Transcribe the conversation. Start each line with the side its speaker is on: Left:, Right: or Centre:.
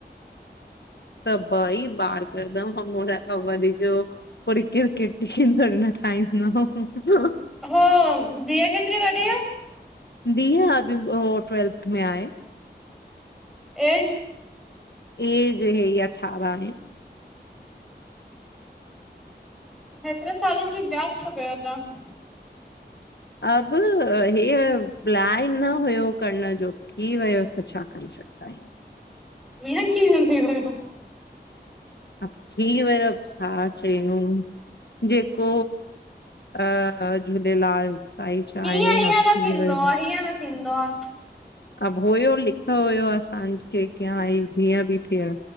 Left: त ॿई ॿार कदम अ पो <unintelligible> पर केरु कीटी थोडी न ठाईंदो।
Centre: हो धीअ केत्री वॾी आ?
Left: धीह अभी वो ट्वेल्थ में आहे।
Centre: ऐज?
Left: ऐज हे ई अठारा हे
Centre: हेतिरे सालनि जो गैप छो कयो तां?
Left: अब हे प्लान न हुयो करणु जो। थी वियो, त छा करे सघंदा आहियूं।
Centre: हिय कीय थी वयूं?
Left: हा थी वयो हा चयूं जेको अ ह झूलेलाल साईं चाहे
Centre: हीअं हीअं
Left: अब थी
Centre: न थींदो
Left: वियो।
Centre: आ, हीअं न थींदो आ।
Left: अब होयो लिखियो हुयो असांखे की हिकु धीअ बि थिय।